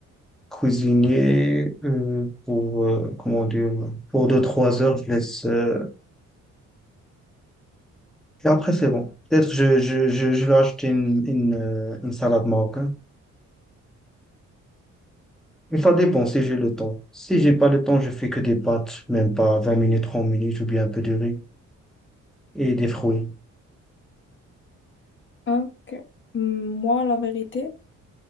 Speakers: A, in the centre; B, on the left (about 40°).
A: cuisiner euh, pour, euh, comment dire, pour 2 trois heures. Je laisse, euh, et après, c'est bon. Peut-être je, je, je, je vais acheter une, une, euh, une salade marocaine Mais ça dépend si j'ai le temps. Si j'ai pas le temps, je fais que des pâtes, même pas 20 minutes, 30 minutes, ou bien un peu de riz et des fruits.
B: Ok. Moi, la vérité.